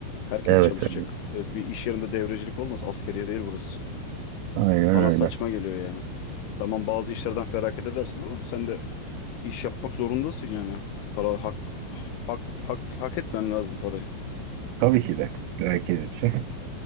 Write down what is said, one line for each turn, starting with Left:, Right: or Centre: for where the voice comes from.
Left: Herkes
Right: Evet,
Left: çalışacak.
Right: evet.
Left: E, Bir iş yerinde devrecilik olmaz. Askeriye değil burası.
Right: aynen
Left: Bana
Right: öyle.
Left: saçma geliyor yani. Tamam bazı işlerden feragat edersin ama sen de iş yapmak zorundasın yani. Para hak hak hak hak etmen lazım parayı.
Right: Tabii ki de herkes için.